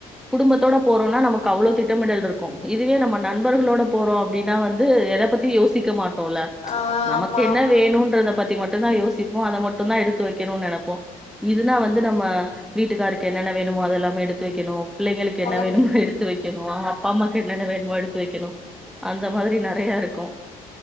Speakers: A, in the centre; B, on the left (about 35°).
A: குடும்பத்தோட போறோன்னா நமக்கு அவ்ளவு திட்டமிடல் இருக்கும் இதுவே நம்ம நண்பர்களோட போறோ அப்டின்னா வந்து எத பத்தியு யோசிக்க மாட் டோல
B: ஆ
A: நமக்கு
B: ஆமா
A: என்ன
B: ஆமா
A: வேணும்ன்றத பத்தி ம மட்டுதா யோசிப்போ அத மட்டும் தான் எடுத்து வைக்கணும்னு நெனப்போ இதுனான் வந்து நம்ம வீட்டுக்காருக்கு என்னென்ன வேணு னு அதெல்லாமே எடுத்து வைக்கணும் பிள்ளைளுக்கு
B: குழந்தைகிட்ட
A: என்ன வேணமோ எடுத்து வைக்கணும் அப்பா அம்மாக்கு என்னன வேணமோ எடுத் வைக்கணு அந்த மாதிரி நெறைய இருக்கூ